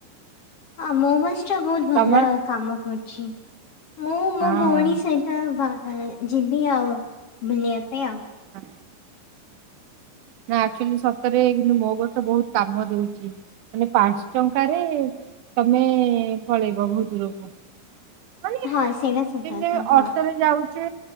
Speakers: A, on the left; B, on the right.
A: ଆ ମୋ ବସ୍ ଟା ବହୁତ୍ ଭଲ
B: ତମର
A: କାମ କରୁଚି। ମୁଁ ମୋ
B: ହଁ।
A: ଭଉଣୀ ସହିତ ବା ଯିବି ଆଉ ବୁଲିବା ପାଇଁ ଆଉ।
B: ହଁ। ନା ଆକ୍ଚୁଆଲି ସତରେ କିନ୍ତୁ ମୋ ବସ୍ ଟା ବହୁତ୍ କାମ ଦଉଚି। ମାନେ ପାଞ୍ଚ ଟଙ୍କାରେ ତମେ ପଳେଇବ ବହୁତ ଦୂରକୁ। <unintelligible>
A: ହଁ ସେଇଟା ସତ
B: ଦିନେ
A: କଥା ହଁ।
B: ଅଟୋ ରେ ଯାଉଚେ